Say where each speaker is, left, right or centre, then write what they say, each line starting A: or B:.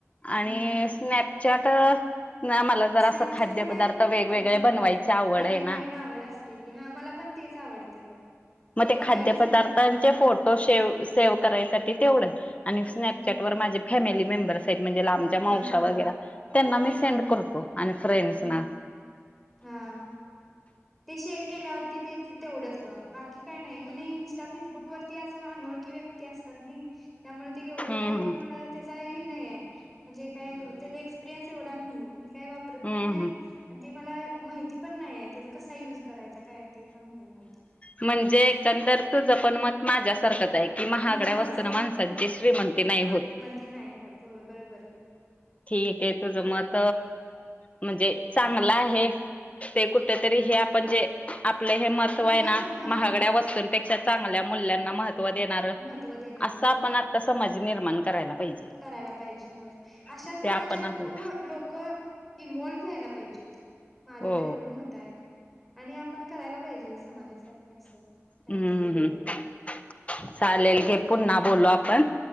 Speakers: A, in the centre; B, on the left.
A: हम्म
B: आणि स्नॅपचॅट मला जरा
A: स्नॅपचॅटला
B: असं खाद्यपदार्थ
A: कायच फक्त
B: वेगवेगळे
A: हा
B: बनवायची आवड
A: नवीन
B: आहे ना.
A: नवीन आवड असलेली हा मला पण तेच आवडत ते बघ
B: मग ते
A: बघायलासाठी
B: खाद्यपदार्थांचे
A: हा
B: फोटो सेव सेव्ह करायसाठी तेवढ आणि स्नॅपचॅट
A: हम्म
B: व माझे फॅमिली मेंबर्स आहेत, म्हणजे आमच्या
A: हा
B: मावश्या
A: हा हा
B: वगैरे त्यांना मी
A: हा
B: सेंड करतो आणि फ्रेंन्डसना.
A: हम्म हा, ते शेअर केल्यावरती ते तेवढंच गं बाकी की काय नाही, मला इंस्टा, फेसबुक वरती असं अनोळखी व्यक्ती असतात नाही. त्यामुळे ते एवढं
B: हम्म
A: काय मला त्याचा हे नाही आहे म्हणजे काय त्याचा एक्सपिरियन्स एवढा नाही मी काय वापरत
B: हम्म
A: पण नाही
B: हम्म
A: आणि ते मला माहिती पण नाही आहे त्याचा कसा युज करायचा काय ते पण माहिती
B: म्हणजे एकंदर तुझं पण मत माझ्यासारखंच आहे की महागड्या
A: हा
B: वस्तना माणसांची श्रीमंती नाही होत
A: की नाही होत बरोबर
B: ठीक आहे तुझ मत म्हणजे चांगलं आहे ते कुठेतरी हे आपण जे आपलं हे महत्व
A: आपलं
B: आहे
A: मत
B: ना
A: हा
B: महागड्या वस्तून ा चांगल्या मल्यांना महत्व देणार
A: महत्त्व देणार
B: असं
A: होय
B: आपण त समज निर्माण करायला पाहिजे
A: करायला पाहिजे होय अशा
B: ते
A: समाजात
B: आपण आपलं
A: खूप लोक इन्व्हल्व्ह व्हायला पाहिजेत माझं
B: हो
A: तर एवढं महत् आणि आपण करायला पाहिजे समाजासाठी असं काहीतरी
B: हम्म
A: वेगळं
B: हम् चालेल घे पुन्हा बोललो आपण